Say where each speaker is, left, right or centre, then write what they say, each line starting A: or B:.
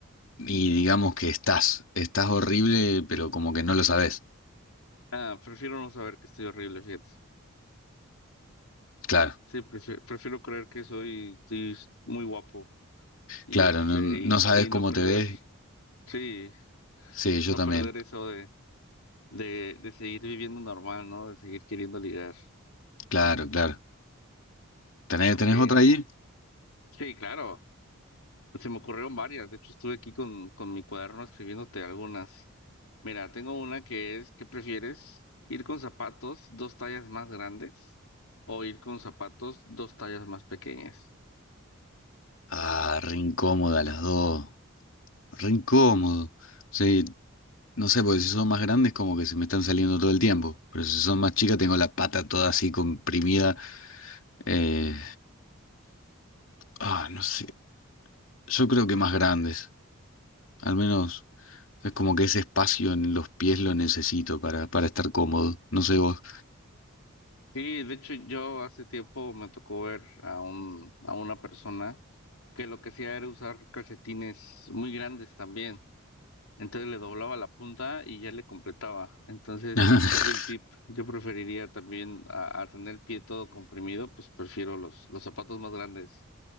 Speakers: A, on the left (about 65°); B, on the left (about 90°).
A: y digamos que estás, estás horrible, pero como que no lo sabes.
B: Ah, prefiero no saber que estoy horrible, fíjate.
A: Claro,
B: Sí, prefiero, prefiero creer que soy, estoy muy guapo y
A: claro,
B: este,
A: no, no
B: y,
A: sabes
B: y
A: cómo
B: no perder,
A: te ves.
B: sí,
A: Sí, yo
B: no
A: también.
B: perder eso de, de, de seguir viviendo normal, ¿no? De seguir queriendo ligar.
A: Claro, claro. ¿Tenés,
B: Ok.
A: tenés otra ahí?
B: Sí, claro. Pues se me ocurrieron varias. De hecho, estuve aquí con, con mi cuaderno escribiéndote algunas. Mira, tengo una que es, ¿qué prefieres? ¿Ir con zapatos dos tallas más grandes o ir con zapatos dos tallas más pequeñas?
A: Ah, re incómoda las dos. Re incómodo. Sí, no sé, porque si son más grandes, como que se me están saliendo todo el tiempo. Pero si son más chicas, tengo la pata toda así comprimida. Eh, ah, no sé. Yo creo que más grandes. Al menos. Es como que ese espacio en los pies lo necesito para, para estar cómodo. No sé vos.
B: Sí, de hecho yo hace tiempo me tocó ver a un, a una persona que lo que hacía era usar calcetines muy grandes también. Entonces le doblaba la punta y ya le completaba. Entonces
A: <laughs>
B: ya vi el tip. Yo preferiría también a, a tener el pie todo comprimido, pues prefiero los, los zapatos más grandes.